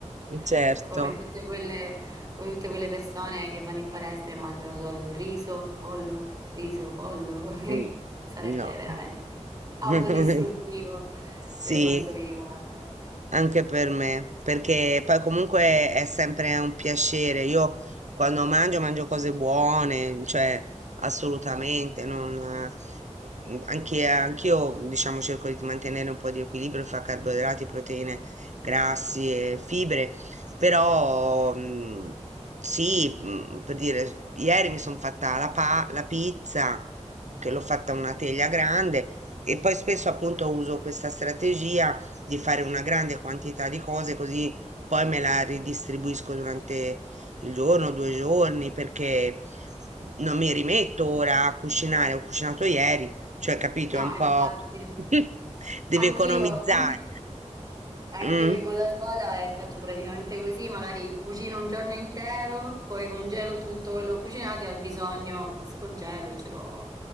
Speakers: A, on the right (about 30°); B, on the right (about 75°).
A: <laughs>
B: Certo.
A: Come tutte quelle, come tutte quelle persone che vanno in palestra e mangiano solo riso, pollo, riso, pollo, <laughs> e
B: Mh,
A: sarebbe
B: no.
A: veramente autodistruttivo
B: <laughs> Sì.
A: per quanto mi riguarda.
B: Anche per me, perché poi comunque è sempre un piacere. Io quando mangio, mangio cose buone, cioè assolutamente, non, eh, anche, anch'io diciamo cerco di mantenere un po' di equilibrio fra carboidrati, proteine, grassi e fibre, però mm, sì, mm, per dire, ieri mi sono fatta la, pa- la pizza, che l'ho fatta una teglia grande, e poi spesso appunto uso questa strategia di fare una grande quantità di cose così poi me la ridistribuisco durante il giorno, due giorni, perché non mi rimetto ora a cucinare, ho cucinato ieri, cioè capito,
A: No,
B: è un po'
A: infatti,
B: <laughs> devi
A: anch'io,
B: economizzare.
A: an- Anch'io
B: Mm,
A: vivo da sola e faccio praticamente così, magari cucino un giorno intero, poi congelo tutto quello che ho cucinato e al bisogno lo scongelo e ce l'ho